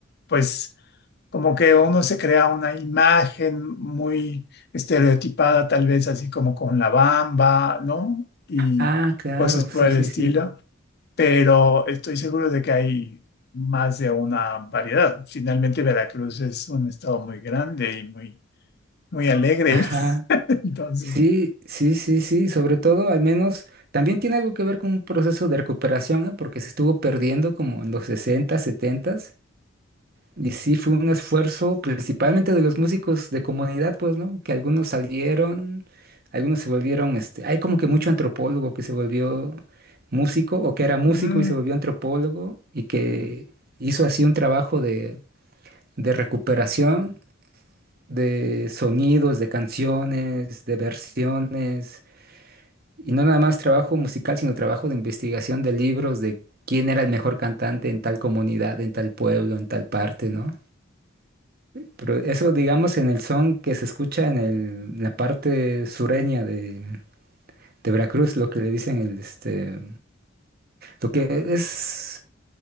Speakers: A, on the left (about 55°); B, on the right (about 50°).
A: pues... como que uno se crea una imagen muy estereotipada, tal vez así como con la bamba, ¿no? Y
B: Ah, claro,
A: cosas por
B: sí,
A: el
B: sí,
A: estilo,
B: sí.
A: pero estoy seguro de que hay más de una variedad. Finalmente, Veracruz es un estado muy grande y muy, muy alegre.
B: Ajá.
A: <laughs> Entonces,
B: Sí, sí, sí, sí, sobre todo al menos también tiene algo que ver con un proceso de recuperación, ¿eh? Porque se estuvo perdiendo como en los 60, 70 Y sí, fue un esfuerzo principalmente de los músicos de comunidad, pues, ¿no? Que algunos salieron, algunos se volvieron, este, hay como que mucho antropólogo que se volvió músico o que era músico
A: mm,
B: y se volvió antropólogo y que hizo así un trabajo de, de recuperación de sonidos, de canciones, de versiones, y no nada más trabajo musical, sino trabajo de investigación de libros, de quién era el mejor cantante en tal comunidad, en tal pueblo, en tal parte, ¿no? Pero eso, digamos, en el son que se escucha en el- en la parte sureña de, de Veracruz, lo que le dicen el, este, lo que es